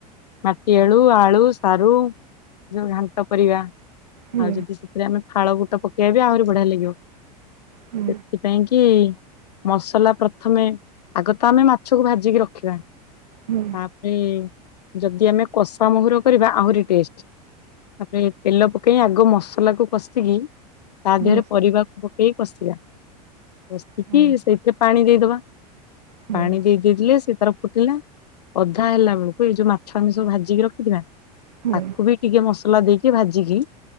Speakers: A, on the left; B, on the right.
A: ମାଟି ଆଳୁ, ଆଳୁ, ସାରୁ ଯୋଉ ଘାଣ୍ଟ ପରିବା।
B: ହୁଁ
A: ଆଉ ଯଦି ସେଥିରେ ଆମେ ଫାଳ ବୁଟ ପକେଇବେ ଆହୁରି ବଢିଆ ଲାଗିବ।
B: ହୁଁ ହୁଁ
A: ସେ ପାଇଁକି, ମସଲା ପ୍ରଥମେ, ଆଗ ତ ଆମେ ମାଛକୁ ଭାଜିକି ରଖିବା।
B: ହୁଁ
A: ତାପରେ ଯଦି ଆମେ କଷା ମହୁର କରିବା ଆହୁରି ଟେଷ୍ଟ। ତାପରେ ତେଲ ପକେଇ ଆଗ ମସଲାକୁ କଷିକି ତା
B: ହୁଁ
A: ଦେହରେ ପରିବାକୁ ପକେଇ କଷିବା। କଷିକି
B: ହୁଁ
A: ସେଇଥିରେ ପାଣି ଦେଇଦବା।
B: ହୁଁ
A: ପାଣି ଦେଇ ଦେଇଥିଲେ ସେ ତାର ଫୁଟିଲା। ଅଧା ହେଲା ବେଳକୁ ଏଇ ଯୋଉ ମାଛ ଆମେ ସବୁ ଭାଜିକି ରଖିଥିବା,
B: ହୁଁ
A: ତାକୁ ବି ଟିକେ ମସଲା ଦେଇକି, ଭାଜିକି,